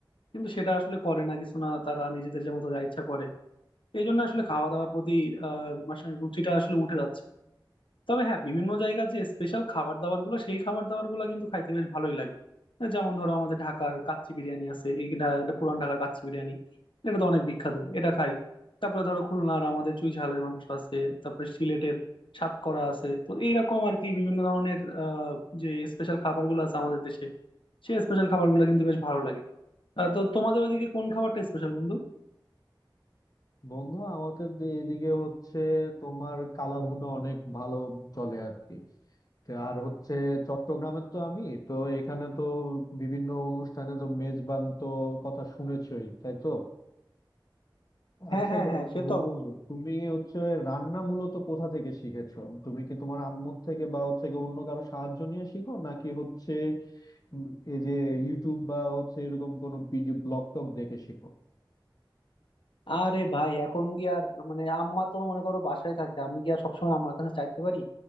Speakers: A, on the left; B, on the left.
A: কিন্তু সেটা আসলে করে না কিছু না তারা নিজেদের যেমন যা ইচ্ছা করে এই জন্য আসলে খাওয়া দাওয়ার প্রতি আহ মানে রুচিটা আসলে উঠে যাচ্ছে তবে হ্যাঁ বিভিন্ন জায়গার যে স্পেশাল খাবার দাবার গুলো সেই খাবার দাবার গুলো কিন্তু খাইতে বেশ ভালোই লাগে আহ, যেমন ধরো আমাদের ঢাকার কাচ্চি বিরিয়ানি আছে এইটা এটা পুরান ঢাকার কাচ্চি বিরিয়ানি এটা তো অনেক বিখ্যাত এটা খাই তারপরে ধরো খুলনার আমাদের চুই ঝালের মাংস আছে তারপরে সিলেটের সাতকরা আছে তো এইরকম আর কি বিভিন্ন ধরনের আহ যে স্পেশাল খাবার গুলো আছে আমাদের দেশে সেই স্পেশাল খাবার গুলো কিন্তু বেশ ভালো লাগে আহ, তো তোমাদের ওইদিকে কোন খাবারটা স্পেশাল বন্ধু
B: বন্ধু আমাদের যে এদিকে হচ্ছে তোমার কালাভুনা অনেক ভালো চলে আর কি তা আর হচ্ছে চট্টগ্রামের তো আমি তো এখানে তো বিভিন্ন অনুষ্ঠানে তো মেজবান তো কথা শুনেছই তাই তো
A: হ্যাঁ
B: আচ্ছা
A: হ্যাঁ
B: ব-
A: হ্যাঁ সে
B: বন্ধু
A: তো অবশ্যই
B: তুমি হচ্ছে রান্না মূলত কোথা থেকে শিখেছো তুমি কি তোমার আম্মুর থেকে বা হচ্ছে গিয়ে অন্য কারো সাহায্য নিয়ে শিখো নাকি হচ্ছে উম, এই যে ইউটিউব বা হচ্ছে এরকম কোনো ভিডিও ব্লগ টক দেখে শিখো
A: আরে ভাই এখন কি আর মানে আম্মা তো মনে করো বাসায় থাকে আমি কি আর সবসময় আম্মার কাছে চাইতে পারি